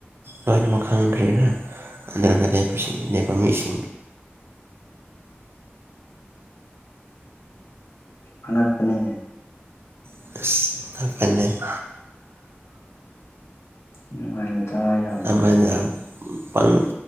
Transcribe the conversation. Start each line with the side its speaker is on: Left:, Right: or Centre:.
Right: ꯂꯣꯏꯅꯃꯛ ꯈꯪꯗ꯭ꯔꯦꯅꯟꯕ ꯃꯤꯁꯤꯡ
Left: ꯑꯥꯉꯛꯄꯅꯤ
Right: ꯎꯁ <unintelligible>
Left: ꯅꯨꯡꯉꯥꯏꯔꯣꯗ ꯌꯥꯝ
Right: ꯑꯃꯅ ꯄꯪ